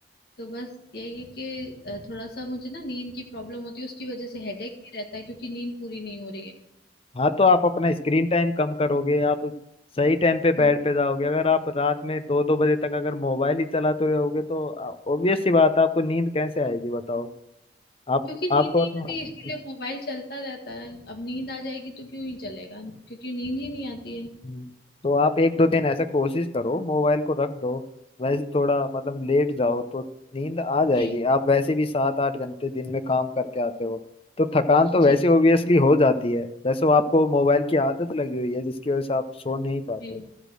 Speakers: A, on the left; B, on the left.
A: तो बस यही है कि अ, थोड़ा सा मुझे ना नींद की प्रॉब्लम होती है उसकी वजह से हेडेक भी रहता है क्योंकि नींद पूरी नहीं हो रही
B: हाँ तो आप अपना स्क्रीन टाइम कम करोगे आप सही टाइम पे बेड
A: है
B: पे जाओगे अगर आप रात में दो दो बजे तक अगर मोबाइल ही चलाते रहोगे तो ऑब्वियस सी बात है आपको नींद कैसे आएगी बताओ आप
A: क्योंकि
B: आपको
A: नींद नहीं
B: मतलब
A: आती इसीलिए मोबाइल चलता रहता है अब नींद आ जाएगी तो क्यों ही चलेगा क्योंकि नींद ही नहीं आती है
B: हम्म, तो आप एक दो दिन ऐसा कोशिश करो मोबाइल को रख दो वैसे थोड़ा मतलब लेट जाओ तो नींद आ जाएगी
A: जी
B: आप वैसे भी सात आठ घंटे दिन में काम करके आते हो तो थकान तो
A: जी
B: वैसे ओबियसली हो जाती है वैसे वो आपको मोबाइल की आदत लगी हुई है जिसकी वजह से आप सो नहीं पाते
A: जी